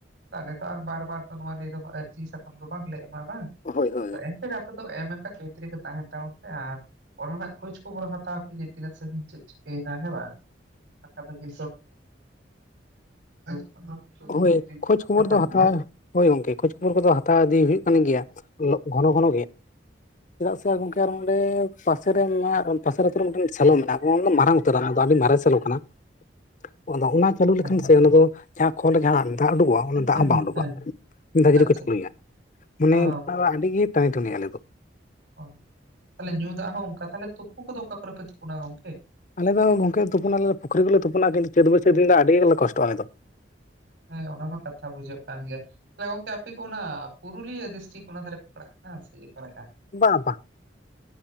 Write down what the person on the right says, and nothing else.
ᱛᱟᱦᱮᱞᱮ ᱛᱚ ᱟᱨ ᱵᱟᱨ ᱵᱟᱨ ᱛᱚ ᱱᱚᱣᱟ ᱞᱤᱭᱟᱹ ᱫᱚ ᱟᱨᱡᱤ ᱥᱟᱠᱟᱢ ᱫᱚ ᱵᱟᱝ ᱞᱮ ᱮᱢᱟ ᱵᱟᱝ
ᱮᱱᱛᱮ ᱨᱮᱦᱚ ᱟᱯᱮ ᱫᱚ ᱮᱢ ᱟᱠᱟ ᱛᱟᱦᱮᱱ ᱯᱮ ᱚᱱᱛᱮ ᱨᱮᱜᱮ ᱛᱟᱦᱮᱱ ᱛᱟᱵᱚᱱ ᱯᱮ ᱟᱨ ᱚᱞ ᱨᱮᱱᱟᱜ ᱠᱷᱳᱸᱡ ᱠᱷᱚᱵᱚᱨ ᱦᱟᱛᱟᱣ ᱯᱮ ᱡᱮ ᱛᱤᱱᱟᱹᱜ ᱥᱟᱺᱜᱤᱧ ᱪᱮᱫ ᱪᱤᱠᱟᱹ ᱮᱱᱟ ᱦᱮ ᱵᱟᱝ ᱵᱟᱝᱠᱷᱟᱱ ᱫᱚ <unintelligible>
ᱠᱟᱛᱷᱟ
ᱠᱟᱱ
ᱜᱮᱭᱟ
ᱦᱮᱸ
ᱦᱮᱸ
ᱦᱮᱸ
ᱟᱪᱪᱷᱟ
ᱚ
ᱚ ᱛᱟᱦᱞᱮ ᱧᱩ ᱫᱟᱜ ᱦᱚᱸ ᱚᱝᱠᱟ ᱛᱟᱦᱞᱮ ᱛᱩᱯᱩ ᱠᱚᱫᱚ ᱚᱠᱟ ᱠᱚᱨᱮ ᱯᱮ ᱛᱩᱯᱩᱱᱟ ᱜᱚᱝᱠᱮ?
ᱦᱮᱸ ᱚᱱᱟᱢᱟ ᱠᱟᱛᱷᱟ ᱵᱩᱡᱷᱟᱹᱜ ᱠᱟᱱ ᱜᱮᱭᱟ ᱛᱟᱦᱞᱮ ᱜᱚᱝᱠᱮ ᱟᱯᱮ ᱫᱚ ᱚᱱᱟ ᱯᱩᱨᱩᱞᱤᱭᱟᱹ ᱰᱤᱥᱴᱤᱠ ᱚᱱᱟ ᱫᱷᱟᱨᱮ ᱯᱮ ᱯᱟᱲᱦᱟᱜ ᱠᱟᱱᱟ ᱥᱮ ᱚᱠᱟ ᱞᱮᱠᱟ